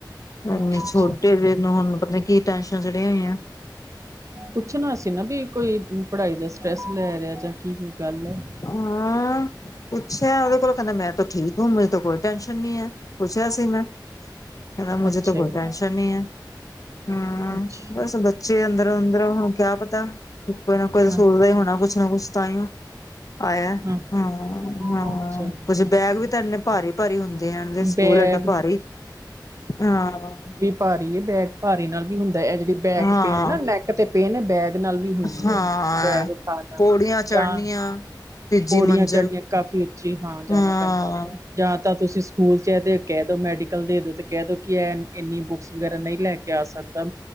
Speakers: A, on the left (about 50°); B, on the right (about 45°).
A: ਏਨੇ
B: ਅੱਛਾ
A: ਛੋਟੇ
B: ਅੱਛਾ
A: ਜੇ ਨੂੰ ਹੁਣ ਪਤਾ ਨੀ ਕੀ ਟੈਸ਼ਨ ਚੜੀਆਂ ਹੋਈਆਂ ਏ?
B: ਪੁੱਛਣਾ ਸੀ ਨਾ ਬੀ ਕੋਈ ਪੜ੍ਹਾਈ ਦਾ ਸਟਰੈੱਸ ਲੈ ਰੇਆ ਜਾਂ ਕੀ-ਕੀ ਗੱਲ ਐ?
A: ਹਾਂ। ਪੁੱਛੇਆ ਉਹਦੇ ਕੋਲੋਂ ਕੇਹੰਦਾ ਮੈਂ ਤੋਂ ਠੀਕ ਹੂੰ, ਮੇਰੀ ਤੋਂ ਕੋਈ ਟੈਸ਼ਨ ਨਈ ਹੈ, ਪੁੱਛੇਆ ਸੀ ਮੈਂ। ਕੇਂਦਾ ਮੁਝੇ
B: ਅੱਛਾ
A: ਤੋਂ ਕੋਈ
B: ਜੀ
A: ਟੈਂਨਸ਼ਨ ਨਈ ਹੈ। ਹਮ
B: ਅੱਛਾ
A: ਬਸ ਬੱ ਚੇ ਅੰਦਰੋ-ਅੰਦਰੋ ਹੁਣ ਕੇਆ ਪਤਾ, ਕੋਈ ਨਾ ਕੋਈ ਤਾਂ
B: ਹਾਂ
A: ਸੋਚਦਾ ਹੀ ਹੋਣਾ ਕੁਛ ਨਾ ਕੁਛ ਤਾਂਈਓ। ਆਏਆ ਹਮ,
B: ਹਾਂ
A: ਹਮ।
B: ਅੱਛਾ ਜੀ?
A: ਜੀ ਬੈਗ ਵੀ ਤਾ ਨੇ ਭਾਰੀ-ਭਾਰੀ ਹੁੰਦੇ ਆ <unintelligible> ਸਕੂਲ
B: ਬੈਗ
A: ਐਡਾ ਭਾਰੀ, ਹਾਂ।
B: ਭਾਰੀ ਏ ਬੈਗ ਭਾਰੀ ਨਾਲ ਵੀ ਹੁੰਦਾ ਏ ਐ ਜੇੜੀ ਬੈਕ
A: ਹਾਂ,
B: ਪੇਨ ਨਾ ਨੈਕ ਤੇ ਪੇਨ ਨਾ ਬੈਗ ਨਾਲ ਵੀ ਹੁੰਦੀ
A: ਹਾਂ।
B: ਐ, ਬੈਗ ਉਠਾਣਾ,
A: ਪੌੜੀਆਂ
B: ਜਾਂ
A: ਚੜ੍ਹਨੀਆਂ ਤੀਜੀ
B: ਪੋੜੀਆਂ
A: ਮੰਜ਼ਿਲ
B: ਚੜਨੀਆਂ ਕਾਫ਼ੀ ਓਚੀ ਹਾਂ ਜਾਣਾ
A: ਹਾਂ,
B: ਪੈਂਦਾ ਵੈ, ਜਾਂ ਤਾਂ ਤੁਸੀਂ ਸ ਕੂਲ ਚ ਏਦੇ ਕੈ ਦੋ ਮੈਡੀਕਲ ਦੇ ਦੋ ਤੇ ਕੈ ਦੋ ਕੇ ਏ ਇਨੀ ਬੁੱਕਸ ਵਗੈਰਾ ਨਈ ਲੈ ਕੇ ਆ ਸਕਦਾ